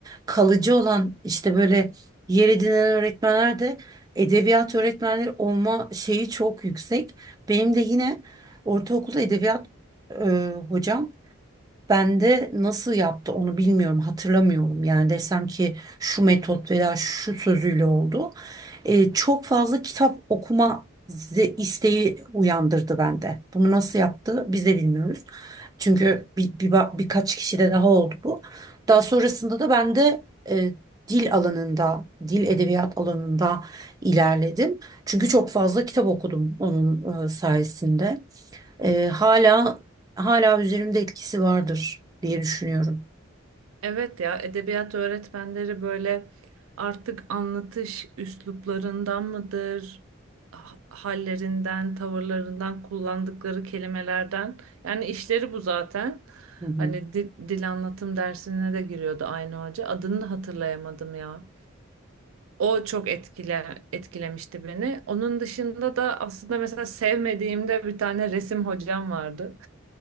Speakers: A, on the right; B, on the right.
A: kalıcı olan işte böyle yer edinen öğretmenler de edebiyat öğretmenleri olma şeyi çok yüksek. Benim de yine ortaokulda edebiyat e, hocam ben de nasıl yaptı onu bilmiyorum, hatırlamıyorum. Yani desem ki şu metot veya şu sözüyle oldu. Ee, çok fazla kitap okuma ze- isteği uyandırdı bende. Bunu nasıl yaptı biz de bilmiyoruz. Çünkü bir, bir, ba- birkaç kişide daha oldu bu. Daha sonrasında da ben de e, dil alanında, dil edebiyat alanında ilerledim. Çünkü çok fazla kitap okudum onun e, sayesinde. Ee, hala hala üzerimde etkisi vardır diye düşünüyorum.
B: Evet ya edebiyat öğretmenleri böyle artık anlatış üsluplarından mıdır, ha- hallerinden, tavırlarından, kullandıkları kelimelerden. Yani işleri bu zaten.
A: Hı hı.
B: Hani dil, dil anlatım dersine de giriyordu aynı hoca. Adını da hatırlayamadım ya. O çok etkile, etkilemişti beni. Onun dışında da aslında mesela sevmediğimde bir tane resim hocam vardı.